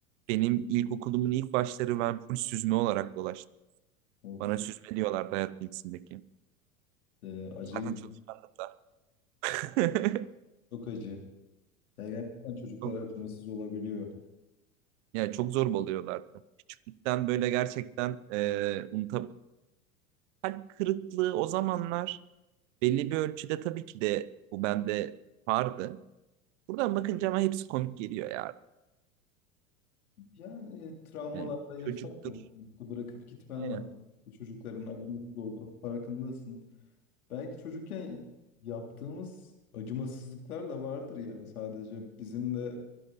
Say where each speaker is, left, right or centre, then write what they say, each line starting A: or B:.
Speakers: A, on the right (about 55°); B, on the left (about 80°).
A: Benim ilkokulumun ilk başları ben full süzme olarak dolaştım.
B: Of
A: Bana süzme diyorlardı hayat bilgisindeki.
B: e, acıyım.
A: Zaten çalışkandım da. <laughs>
B: Çok acı. Ya gerçekten çocuklar
A: Çok,
B: acımasız olabiliyor.
A: yani çok zorbalıyorlardı. Küçüklükten böyle gerçekten e, unutab- Kalp kırıklığı o zamanlar belli bir ölçüde tabii ki de bu bende vardı. Buradan bakınca ama hepsi komik geliyor ya.
B: Yani e, travmalarla
A: Yani
B: yaşamıyorsun.
A: çocuktur.
B: İşte bırakıp gitmen
A: Aynen.
B: lazım. İşte çocukların acımasız olduğunun farkındasın. Belki çocukken yaptığımız acımasızlıklar da vardır yani. Sadece bizim de